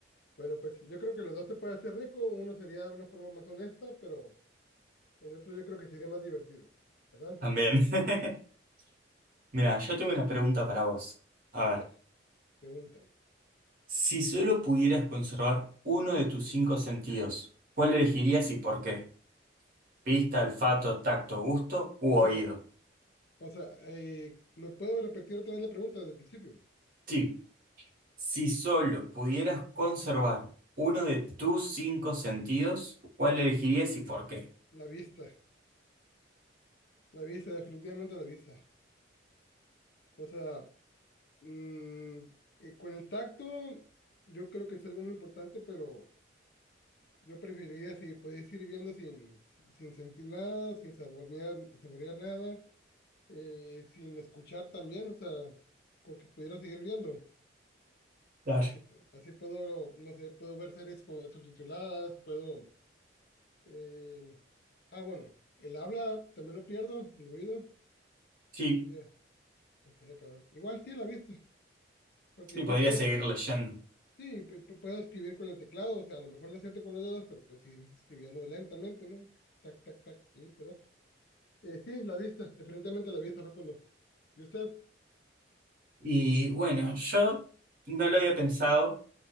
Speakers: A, on the left (about 55°); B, on the right (about 45°).
A: Bueno, pues yo creo que los dos se puede hacer rico. Uno sería de una forma más honesta, pero el otro yo creo que sería más divertido, ¿verdad?
B: También. <laughs> Mira, yo tengo una pregunta para vos. A
A: A
B: ver,
A: ver, pregúntame.
B: si solo pudieras conservar uno de tus cinco sentidos, ¿cuál elegirías y por qué? Vista, olfato, tacto, gusto u
A: O sea,
B: oído.
A: o sea, eh, ¿me puedo repetir otra vez la pregunta desde el principio?
B: Sí, si solo pudieras conservar uno de tus cinco sentidos, ¿cuál elegirías y por qué?
A: La vista, la vista, definitivamente la vista. O sea, mm, eh, con el tacto yo creo que es algo muy importante, pero yo preferiría si podéis ir viendo sin, sin sin sentir nada, sin saborear, saborear nada. eh, sin escuchar también, o sea, con que pudiera seguir viendo.
B: Claro.
A: Así, p- así puedo, no sé, puedo ver series con, subtituladas, puedo... eh, ah, bueno, el habla también lo pierdo, el oído.
B: Sí.
A: eh, estaría cabrón. Igual sí, la vista, porque
B: Sí,
A: igual
B: podría
A: puedo,
B: seguir
A: pu-
B: leyendo.
A: sí, pu- pu- puedo escribir con el teclado, o sea, a lo mejor no siento con los dedos, pero puedo seguir escribiendo lentamente, ¿no? Tac, tac, tac, sí, ¿verdad? Eh, sí, la vista, definitivamente la vista, Facundo. ¿Y usted?
B: Y bueno, yo no lo había pensado,